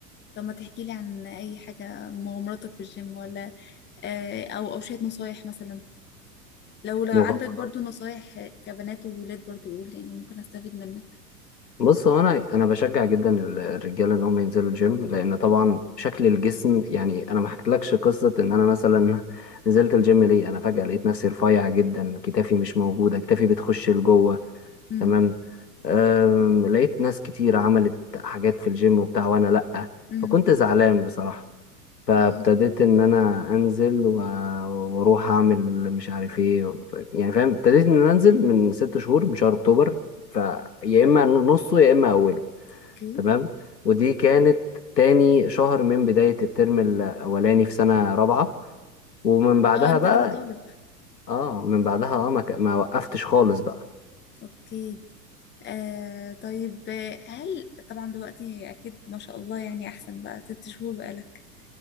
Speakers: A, on the left; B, on the left.
A: طب ما تحكي لي عن اي حاجه مغامراتك في الجيم ولا آه، او او شويه نصايح مثلا لو لو
B: مغامرات
A: عندك برضو نصايح آه، كبنات وولاد برضو قول يعني ممكن استفيد منك
B: بص هو أنا أنا بشجع جدا ال- الرجالة إن هم ينزلوا الجيم لأن طبعا شكل الجسم يعني أنا ما حكيتلكش قصة إن أنا مثلا <laughs> نزلت الجيم ليه أنا فجأة لقيت نفسي رفيع جدا كتافي مش موجودة كتافي بتخش لجوه
A: امم
B: تمام أم، لقيت ناس كتير عملت حاجات في الجيم وبتاع وانا لأ
A: امم
B: فكنت زعلان بصراحة فابتديت
A: اه
B: ان انا انزل و- واروح اعمل مش عارف ايه يعني فاهم ابتديت ان انا انزل من ست شهور من شهر اكتوبر فيا اما نصه يا اما اوله
A: اوكي
B: تمام ودي كانت تاني شهر من بداية الترم الاولاني في سنة رابعة ومن بعدها
A: اه انت
B: بقى
A: لسه طالب
B: اه من بعدها اه ما ك- ما وقفتش خالص بقى
A: اوكي آه طيب آه، هل طبعا دلوقتي أكيد ما شاء الله يعني أحسن بقى ست شهور بقالك